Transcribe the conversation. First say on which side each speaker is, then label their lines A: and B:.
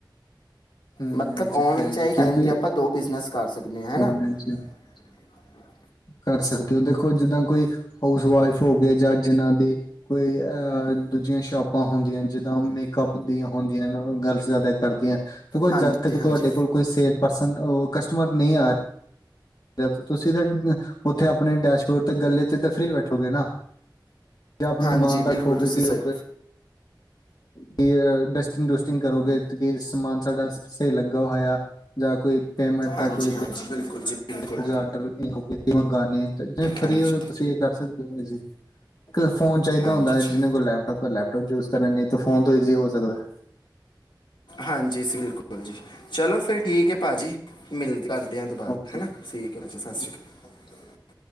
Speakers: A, on the left; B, on the left.
A: ਹੂੰ
B: ਮਤਲਬ
A: ਇਹ ਚੱਕਰ
B: ਔਨਲਾਈਨ
A: ਹੈ
B: ਚ ਇਕ
A: ਕਿਉਂਕਿ
B: ਟੈਮ ਆਪਾਂ ਦੋ ਬਿਜ਼ਨਸ ਕਰ ਸਕਦੇ ਹਾਂ ਹੈਨਾ।
A: ਔਨਲਾਈਨ
B: <unintelligible>
A: ਚ ਕਰ ਸਕਦੇ ਹੋ ਦੇਖੋ, ਜਿੱਦਾਂ ਕੋਈ ਹਾਊਸ ਵਾਈਫ ਹੋ ਗਏ ਜਾਂ ਜਿਨਾਂ ਦੀ ਕੋਈ ਆ ਦੂਜੀਆਂ ਸ਼ੋਪਾਂ ਹੁੰਦੀਆਂ ਨੇ, ਜਿੱਦਾਂ ਮੇਕਅਪ ਦੀਆਂ ਹੁੰਦੀਆਂ ਨੇ ਗਰਲਸ ਜ਼ਿਆਦਾ ਕਰਦੀਆਂ ਨੇ ਦੇਖੋ ਜਦ
B: ਹਾਂਜੀ
A: ਤੱਕ
B: ਹਾਂਜੀ
A: ਤੁਹਾਡੇ ਕੋਲ ਕੋਈ ਸੇਲ ਪਰਸਨ ਆਹ ਕਸਟਮਰ ਨਹੀਂ ਆ ਰਿਹ ਜਦ ਤੁਸੀਂ ਤਾਂ ਉੱਥੇ ਆਪਣੇ ਡੈਸ਼ਬੋਰਡ ਤੇ ਗੱਲੇ ਤੇ ਤਾਂ ਫਰੀ ਬੈਠੋਗੇ ਨਾ। ਜਾਂ ਆਪਣਾ
B: ਹਾਂਜੀ
A: ਮਾਣ ਦਾਖੋਗੇ
B: ਬਿਲਕੁਲ ਤੁਸੀਂ
A: ਕਿ
B: ਸਹੀ
A: ਆ ਕੇ ਡਸ ਡਸਟਿੰਗ ਡੁਸਟਿੰਗ ਕਰੋਗੇ ਤੁਸੀ ਸਮਾਨ ਸਾਡਾ ਸਹੀ ਲੱਗਾ ਹੋਇਆ। ਜਾਂ ਕੋਈ ਪੇਮੈਂਟ ਦਾ
B: ਹਾਂਜੀ
A: ਕੋਈ।
B: ਹਾਂਜੀ ਬਿਲਕੁਲ ਜੀ ਬਿਲਕੁਲ
A: ਦੇਖੋ ਆਡਰ ਮੰਗਵਾਨੇ ਜੇ ਫਰੀ
B: ਹਾਂਜੀ
A: ਹੋ ਤੁਸੀ ਇਹ ਕਰ ਸਕਦੇ ਹੋ, ਇੱਕ ਫੋਨ ਚਾਹੀਦਾ
B: ਹਾਂਜੀ
A: ਹੁੰਦਾ
B: ਅੱਛਾ।
A: ਜਿਨਾ ਕੋਲ ਲੈਪਟੋਪ ਲੈਪਟੋਪ ਯੂਜ। ਨਹੀਂ ਤੋ ਫੋਨ ਤੋਂ ਈਜ਼ੀ ਹੋ ਸਕਦਾ ਹੈ।
B: ਹਾਂਜੀ ਬਿਲਕੁਲ ਜੀ ਚਲੋ ਫਿਰ ਠੀਕ ਹੈ, ਭਾਜੀ ਮਿਲ ਕਰ। ਛੁੱਟਿਆਂ ਤੋਂ ਬਾਅਦ
A: ਓਕੇ
B: ਹਨਾ
A: ਓਕੇ
B: ਠੀਕ
A: ਓਕੇ
B: ਹੈ, ਵੀਰ ਸਤਿ ਸ੍ਰੀ ਅਕਾਲ।